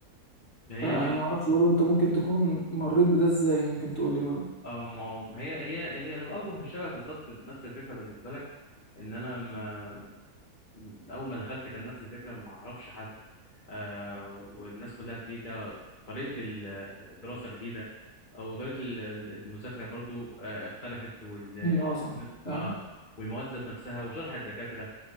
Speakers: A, on the left (about 30°); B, on the left (about 45°).
A: هي
B: فانا
A: دي ال-
B: ما اعرفش برضو انت ممكن تكون مريت بده ازاي ممكن تقول لي برضو
A: اه ما هو- هي هي هي اوجه الشبه بالظبط نفس الفكره بالنسبه لك ان انا ما اول ما دخلت كان نفس الفكره ما اعرفش حد آه والناس كلها جديده طريقه ال- الدراسه جديده وطريقه ال- المذاكره برضو آه اختلفت وال
B: م، اه صح فعلا
A: اه والمواد ذات نفسها وشرح الدكاتره